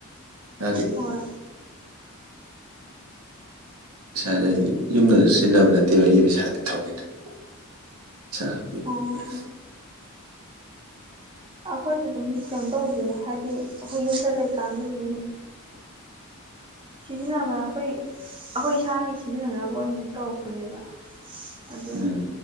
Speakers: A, on the right; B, on the right.
A: ꯏꯁꯥꯒꯤ
B: ꯍꯣꯏ
A: ꯄꯩꯁꯥꯖꯦ ꯑꯩꯗꯤ ꯌꯨꯝꯗꯖꯨ ꯁꯤꯖꯤꯟꯅꯕ ꯅꯠꯇꯦꯕ ꯑꯩꯒꯤ ꯄꯩꯁꯥꯗꯤ ꯊꯋꯣꯏꯅ <unintelligible>
B: ꯑꯣ ꯑꯩꯈꯣꯏꯖꯨ ꯑꯗꯨꯝ ꯀꯩꯅꯣ ꯇꯧꯗꯦꯗ ꯍꯥꯏꯗꯤ ꯑꯩꯈꯣꯏ ꯌꯨꯝꯗ ꯂꯩꯀꯥꯟꯗꯖꯨ ꯑꯗꯨꯝ ꯁꯤꯖꯤꯟꯅꯕ ꯑꯩꯈꯣꯏ ꯑꯩꯈꯣꯏ ꯏꯁꯥꯒꯤ ꯁꯤꯖꯤꯟꯅꯅꯕ ꯑꯣꯏꯅ ꯁꯨꯝ ꯇꯧꯔꯛꯄꯅꯦꯕ ꯑꯗꯨꯅ
A: ꯎꯝ